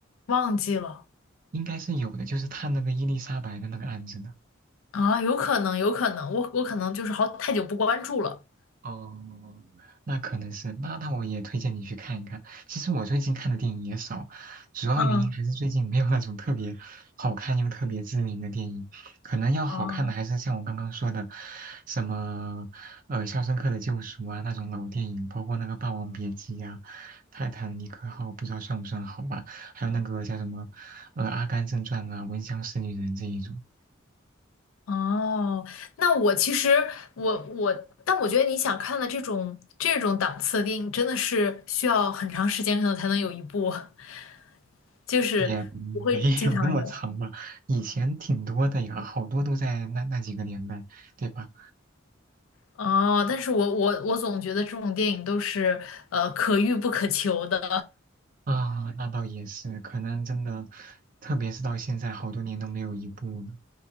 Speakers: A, on the left; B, on the right.
A: 忘记了
B: 应该是有的，就是探那个伊丽莎白的那个案子的。
A: 啊，有可能，有可能，我我可能就是好太久不关注了。
B: 哦，那可能是，那那我也推荐你去看一看。其实我最近看的电影也少，主要原因还是最近没有那种特别好看又特别知名的电影。
A: 嗯，
B: 可能要好看的还是像我刚刚说的，
A: 啊
B: 什么呃《肖申克的救赎》啊那种老电影，包括那个《霸王别姬》呀、《泰坦尼克号》，不知道算不算好吧？还有那个叫什么呃《阿甘正传》啊，《闻香识女人》这一种。
A: 哦，那我其实我我，但我觉得你想看的这种这种档次的电影，真的是需要很长时间可能才能有一部，<laughs> 就是不会经常有。
B: 也 <laughs> 没有那么长吧，以前挺多的呀，好多都在那那几个年代，对吧？
A: 哦，但是我我我总觉得这种电影都是呃可遇不可求的，
B: 啊，那倒也是，可能真的，特别是到现在，好多年都没有一部了。